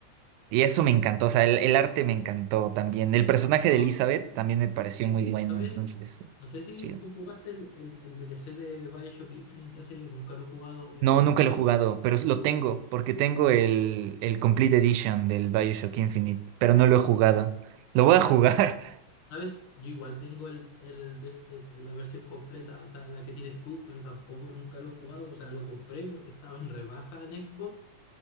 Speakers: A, on the right; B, on the left.
A: Y eso
B: Exacto.
A: me encantó, o sea, el, el arte me encantó también. El personaje
B: Pero,
A: de Elizabeth también me pareció muy bueno,
B: ¿sabes?
A: entonces,
B: No sé si
A: chido.
B: tú jugaste el, el, el DLC de Bioshock Infinite, ese yo nunca lo he jugado, el
A: No, nunca
B: Bullet.
A: lo he jugado, pero lo tengo, porque tengo el, el Complete Edition del BioShock Infinite, pero no lo he jugado. Lo voy a jugar,
B: ¿Sabes? Yo igual tengo el, el def- el- la versión completa, o sea, la que tienes tú, pero tampoco nunca lo he jugado. O sea, lo compré porque estaba en rebaja en Xbox